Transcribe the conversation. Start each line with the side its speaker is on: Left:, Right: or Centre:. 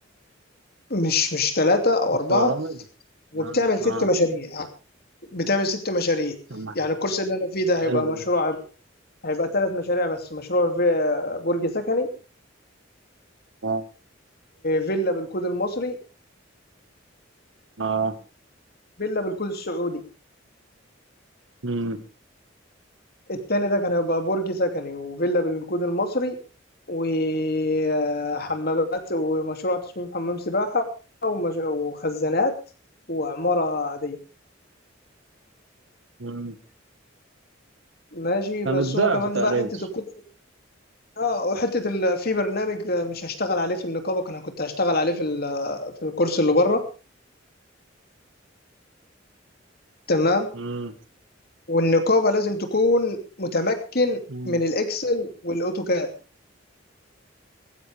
Left: مش مش ثلاثة أو
Right: شفت
Left: أربعة
Right: برامج
Left: وبتعمل
Right: اه
Left: ست
Right: اه
Left: مشاريع بتعمل ست مشاريع
Right: طب ما
Left: يعني الكورس اللي أنا فيه ده
Right: حلو
Left: هيبقى مشروع
Right: ده
Left: هيبقى ثلاث مشاريع بس مشروع في برج سكني
Right: اه
Left: فيلا بالكود المصري
Right: اه
Left: فيلا بالكود السعودي
Right: مم،
Left: التاني ده كان هيبقى برج سكني وفيلا بالكود المصري وحمامات ومشروع تصميم حمام سباحة ومش- وخزانات وعمارة عادية
Right: مم.
Left: ماشي
Right: كان
Left: بس
Right: الضعف
Left: هو كمان
Right: تقريبا
Left: بقى حته الكود اه وحته ال... في برنامج مش هشتغل عليه في النقابه انا كنت هشتغل عليه في ال... في الكورس اللي بره تمام
Right: مم،
Left: والنقابه لازم تكون متمكن
Right: مم.
Left: من الاكسل والاوتوكاد